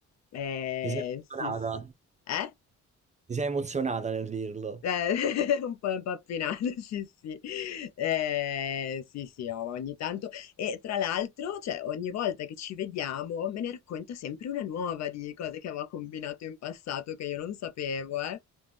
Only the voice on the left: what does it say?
Eh,
sì, sì. Eh?
Eh, <laughs> un po' impappinato, <laughs> sì, sì. Eh, sì, sì, no, ma ogni tanto. E tra l'altro, cioè, ogni volta che ci vediamo, me ne racconta sempre una nuova di cose che aveva combinato in passato che io non sapevo, eh.